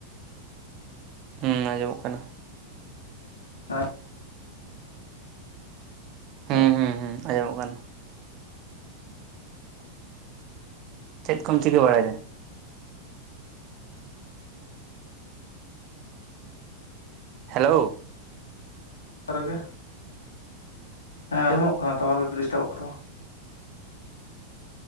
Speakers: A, on the right (about 40°); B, on the left (about 70°).
A: ᱦᱩᱸ ᱟᱸᱡᱚᱢᱚᱜ ᱠᱟᱱᱟ
B: <unintelligible>
A: ᱦᱩᱸ
B: ᱦᱳᱭ
A: ᱦᱩᱸ ᱦᱩᱸ ᱟᱸᱡᱚᱢᱚᱜ ᱠᱟᱱ ᱪᱮᱫ ᱠᱚᱢ ᱪᱤᱠᱟᱹ ᱵᱟᱲᱟᱭ ᱫᱟ ᱦᱮᱞᱳ
B: <unintelligible> ᱦᱮᱸ ᱮᱢᱚᱜ ᱠᱟᱱᱟ ᱴᱟᱣᱟᱨ ᱜᱮ ᱰᱤᱥᱴᱟᱵᱚᱜ ᱠᱟᱱ ᱛᱟᱢᱟ